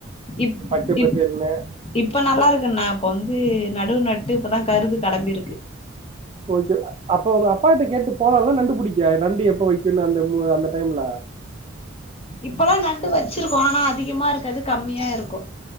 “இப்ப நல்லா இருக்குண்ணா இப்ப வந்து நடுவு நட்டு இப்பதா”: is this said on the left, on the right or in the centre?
Left